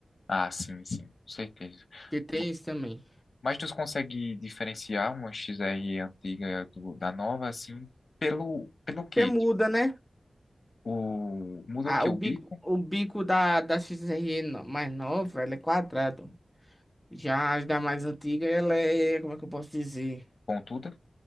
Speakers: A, on the left; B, in the centre.
A: Ah, sim, sim, com certeza.
B: Que tem
A: Ma-
B: isso também.
A: Mas tu consegue diferenciar uma XRE antiga do- da nova, assim, pelo, pelo quê?
B: Porque muda,
A: Tipo,
B: né?
A: o, muda
B: Ah,
A: o que?
B: o
A: O
B: bico,
A: bico,
B: o bico da, da XRE no- mais nova, ela é quadrado. Já as da mais antiga, ela é. Como é que eu posso dizer?
A: pontuda.